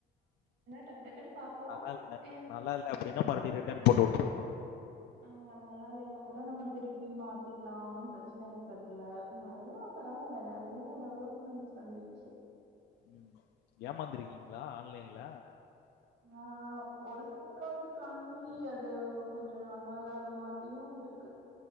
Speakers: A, on the right (about 80°); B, on the left (about 85°).
A: டக்கு டக்குன்னு பாப்போம்.
B: நல்லா இல்ல
A: அ
B: நல்லா இல்ல அப்படின்னா மறுபடியு ரிட்டர்ன் போட்டு விட்டுருணு
A: ஆஹ் நல்லா இல்லன்னா கூட நம்ம திருப்பி மாத்திக்கலா ஒன்னு பிரச்சனை இருக்கிறதுல நெறைய பரவாயில்ல நெறைய டெவலப்மெண்ட்ஸ் வந்துடுச்சு
B: உம் ஏமாந்திருக்கீங்களா ஆன்லைன்ல
A: ஆஹ் ஒரு சில ப்ராடக்ட் வாங்கி அது கொஞ்ச நல்லா இல்லாத மாதிரியும் இருக்கு